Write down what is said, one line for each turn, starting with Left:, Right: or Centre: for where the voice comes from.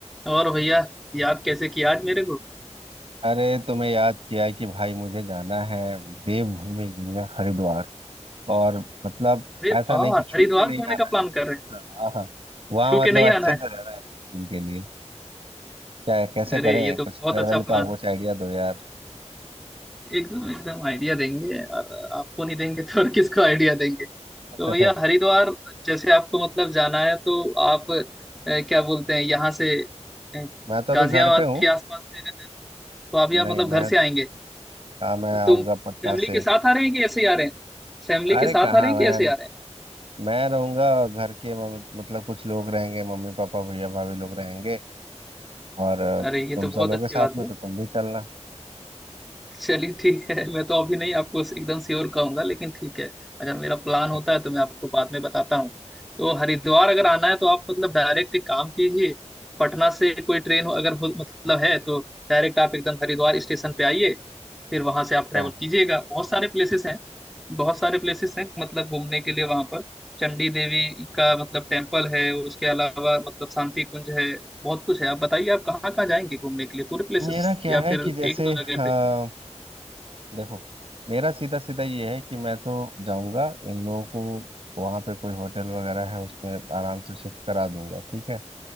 Centre: और भैया याद कैसे किया आज मेरे को
Right: अरे तुम्हें याद किया कि भाई मुझे जाना है देवभूमि घूमने हरिद्वार और मतलब
Centre: अरे
Right: ऐसा
Centre: वाह
Right: नहीं कि छू
Centre: हरिद्वार
Right: के नहीं
Centre: घूमने
Right: आना
Centre: का प्लान कर रहे
Right: है
Centre: हैं
Right: हाँ हाँ वहाँ
Centre: छू के
Right: मतलब
Centre: नहीं आना
Right: अच्छे
Centre: है
Right: से रहना है कुछ दिन के लिए क्या कैसे
Centre: अरे
Right: करें
Centre: ये तो
Right: कुछ
Centre: बहुत
Right: ट्रेवल
Centre: अच्छा प्लान
Right: का कुछ आइडिया दो यार
Centre: एकदम एकदम आइडिया देंगे और आपको नहीं देंगे तो और किसको आइडिया देंगे
Right: <laughs>
Centre: तो भैया हरिद्वार जैसे आपको मतलब जाना है तो आप अ, क्या बोलते हैं यहाँ से अ,
Right: मैं तो
Centre: गाजियाबाद
Right: अभी घर पे हूँ
Centre: के आसपास से अगर तो अभी आप
Right: नहीं
Centre: मतलब
Right: मैं
Centre: घर से आएंगे
Right: हाँ मैं आऊंगा
Centre: तो
Right: पटना
Centre: फैमिली
Right: से
Centre: के साथ आ रहे हैं कि ऐसे ही आ रहे हैं फैमिली
Right: अरे
Centre: के साथ
Right: कहाँ
Centre: आ रहे हैं
Right: मैं
Centre: कि ऐसे ही आ रहे हैं
Right: मैं रहूंगा घर के मम- मतलब कुछ लोग रहेंगे मम्मी पापा भैया भाभी लोग रहेंगे और अ,
Centre: अरे ये
Right: तुम
Centre: तो
Right: सब
Centre: बहुत
Right: लोग
Centre: अच्छी
Right: के साथ
Centre: बात
Right: में
Centre: है
Right: तो तुम भी चलना
Centre: चलिए ठीक है मैं तो अभी नहीं आपको एकदम श्योर कहूंगा लेकिन ठीक है अगर मेरा प्लान
Right: अच्छा
Centre: होता
Right: अच्छा
Centre: है तो मैं आपको बाद में बताता हूँ तो हरिद्वार अगर आना है तो आप मतलब डायरेक्ट एक काम कीजिए पटना से कोई ट्रेन हो अगर हो मतलब है तो डायरेक्ट आप एकदम हरिद्वार स्टेशन पे आइए फिर वहां से आप ट्रैवल
Right: अच्छा।
Centre: कीजिएगा बहुत सारे प्लेसेस हैं बहुत सारे प्लेसेस हैं मतलब घूमने के लिए वहां पर चंडी देवी का मतलब टेम्पल है उसके अलावा मतलब शांति कुंज है बहुत कुछ है आप बताइए आप कहाँ कहाँ जाएंगे घूमने के लिए पूरे प्लेसेस
Right: मेरा क्या
Centre: या
Right: है
Centre: फिर
Right: कि जैसे
Centre: एक दो
Right: अ,
Centre: जगह पे
Right: देखो मेरा सीधा सीधा ये है कि मैं तो जाऊंगा इन लोगों को वहां पे कोई होटल वगैरह है उसमें आराम से शिफ्ट करा दूंगा ठीक है